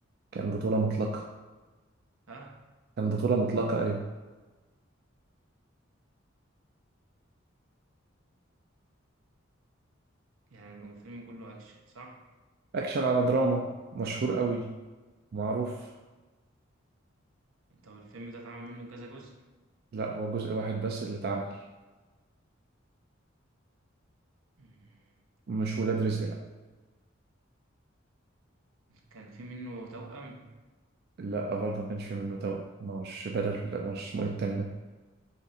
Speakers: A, on the right; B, on the right.
A: كان بطولة مطلقة
B: ها
A: كان بطولة مطلقة أيوة
B: يعني الفيلم كله اكشن صح
A: أكشن على دراما مشهور قوي معروف
B: طب الفيلم ده اتعمل منه كذا جزء
A: لا هو جزء واحد بس اللي اتعمل
B: مم.
A: مش ولاد رزق لا
B: كان في منه توأم
A: لا برضه ما كانش في منه توأم مش بدل لا مش اسمه إيه التاني ده